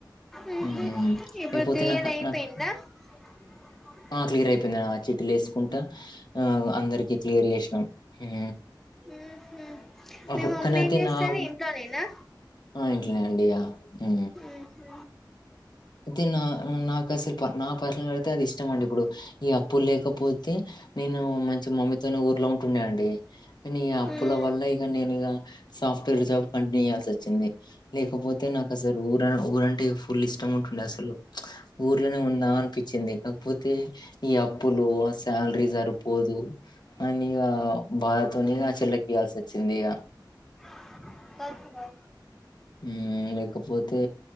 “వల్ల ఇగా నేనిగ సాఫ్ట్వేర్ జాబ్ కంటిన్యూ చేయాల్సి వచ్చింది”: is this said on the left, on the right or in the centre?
Left